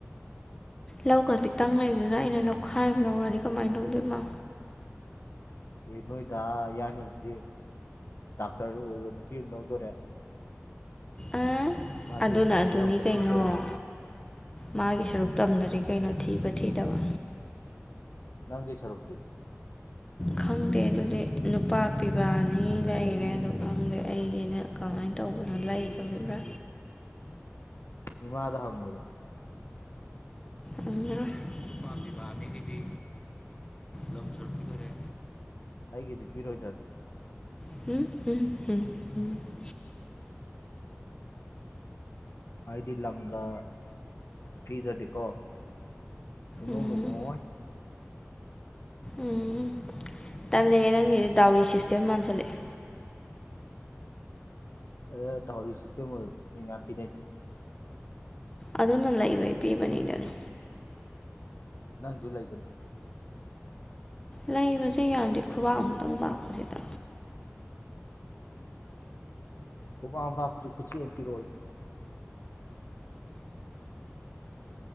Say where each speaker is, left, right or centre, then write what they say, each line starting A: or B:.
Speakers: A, on the left (about 15°); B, on the left (about 60°).
A: ꯂꯧ ꯈꯖꯤꯛꯇꯪ ꯂꯩꯕꯗꯨꯗ ꯑꯩꯅ ꯂꯈꯥꯏ ꯑꯃꯥ ꯂꯧꯔꯗꯤ ꯀꯃꯥꯏꯅ ꯇꯧꯗꯣꯏꯕ
B: ꯑꯦ ꯅꯣꯏ ꯗꯥ ꯌꯥꯏꯃꯗꯨꯗꯤ ꯗꯥꯛꯇꯔ ꯑꯣꯏꯕ ꯅꯨꯄꯤ ꯑꯝ ꯂꯧꯗꯣꯔꯦ
A: ꯑ
B: ꯃꯥꯗꯤ
A: ꯑꯗꯨꯅ ꯑꯗꯨꯅꯤ
B: ꯂꯝ ꯀꯩꯁꯨ
A: ꯀꯩꯅꯣ
B: ꯊꯤꯔꯛꯑꯔꯣꯏ
A: ꯃꯥꯒꯤ ꯁꯔꯨꯛ ꯇꯝꯗ꯭ꯔꯗꯤ ꯀꯩꯅꯣ ꯊꯤꯕ ꯊꯤꯗꯕꯥ
B: ꯅꯪꯒꯤ ꯁꯔꯨꯛꯇꯤ
A: ꯈꯪꯗꯦ ꯑꯗꯨꯗꯤ ꯅꯨꯄꯥ ꯄꯤꯕꯥ ꯑꯅꯤ ꯂꯩꯔꯦ ꯑꯗꯨ ꯈꯪꯗꯦ ꯑꯩꯒꯤꯅ ꯀꯃꯥꯏꯅ ꯇꯧꯕꯅꯣ ꯂꯩꯗꯧꯔꯤꯕ꯭ꯔꯥ
B: ꯏꯃꯗꯥ ꯍꯪꯉꯨꯗꯨ
A: ꯍꯪꯉꯥꯔꫭꯏ ꯅꯨꯄꯥ ꯄꯤꯕ ꯑꯅꯤꯒꯤꯗꯤ ꯂꯝ ꯁꯔꯨꯛ ꯄꯤꯗꫭꯔꯦ
B: ꯑꯩꯒꯤꯗꯤ ꯄꯤꯔꯣꯏꯗꯔꯥ
A: ꯎꯝꯝꯝꯝ <unintelligible>
B: ꯑꯩꯗꯤ ꯂꯝꯒ ꯄꯤꯗ꯭ꯔꯗꯤꯀꯣ ꯁꯨꯡꯅꯨꯡ
A: ꯎꯝ
B: ꯅꯨꯡꯉꯣꯏꯑꫭꯏ
A: ꯎꯝ ꯇꯜꯂꯦ ꯅꯪꯒꯤꯗꯤ ꯗꯥꯎꯔꯤ ꯁꯤꯁꯇꯦꯝ ꯃꯥꯟꯁꯜꯂꯛꯑꯦ
B: ꯑꯗꯨꯅ ꯗꯥꯎꯔꯤ ꯁꯤꯁꯇ‌ꯦꯝ ꯑꫭꯏꯔꯖꯨ ꯃꯤ ꯃꯌꯥꯝ ꯄꯤꯅꯩ
A: ꯑꯗꯨꯅ ꯂꯩꯕꯩ ꯄꯤꯕꯅꯤꯗꯅꯥ
B: ꯅꯪꯖꯨ ꯂꯩꯗꯨꯗꯤ
A: ꯂꯩꯕꯁꯦ ꯌꯥꯝ‌ꯗ‌ꯦ ꯈꯨꯕꯥꯛ ꯑꯃꯨꯛꯇꯪ ꯄꯥꯛꯄꯁꯤꯗꯥ
B: ꯈꯨꯕꯥꯛꯃꯨꯛ ꯄꯥꯛꯄꯗꯨ ꯈꯨꯆ‌ꯦꯞꯃꯨꯛ ꯄꯤꯔꯛꯑꫭꯌꯨ